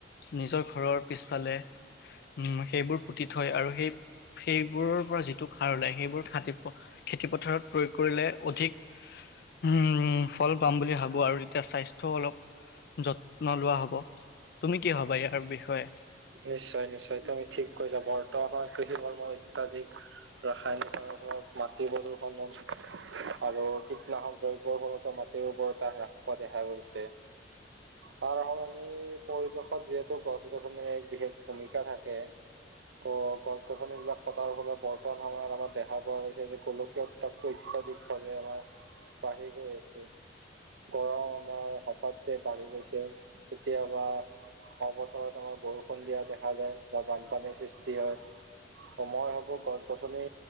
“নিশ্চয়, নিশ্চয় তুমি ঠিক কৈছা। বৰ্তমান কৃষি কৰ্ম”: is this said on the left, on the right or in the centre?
Right